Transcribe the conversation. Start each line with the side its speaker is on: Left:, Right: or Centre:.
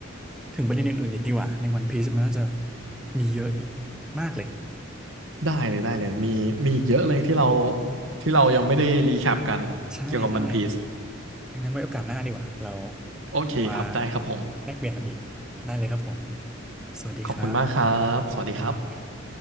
Centre: ถึงประเด็นอื่นๆอีกดีกว่าในวันพีซมันน่าจะมีเยอะอีกมากเลย
Right: ได้เลยได้เลยมีมีอีกเยอะเลยที่เราที่เรายังไม่ได้รีแคปกันเกี่ยวกับวันพีซ
Centre: ใช่ใช่งั้นไว้โอกาสหน้าดีกว่าเรา
Right: โอเคครับ
Centre: มา
Right: ได้ครับผม
Centre: แลกเปลี่ยนกันอีกได้เลยครับผม สวัสดีครับ
Right: ขอบคุณมากครับ สวัสดีครับ
Centre: ครับ